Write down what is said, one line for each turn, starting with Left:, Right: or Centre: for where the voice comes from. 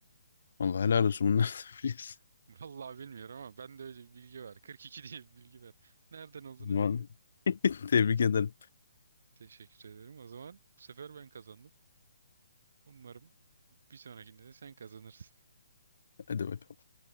Left: Vallahi helal olsun bunları da biliyorsun.
Right: <laughs> Vallahi bilmiyorum ama ben de öyle bir bilgi var. 42 diye bir bilgi var. Nereden olduğunu
Left: <laughs> Aman,
Right: bilmiyorum.
Left: Tebrik ederim.
Right: Teşekkür ederim. O zaman bu sefer ben kazandım. Umarım bir sonrakinde de sen kazanırsın.
Left: Hadi bakalım.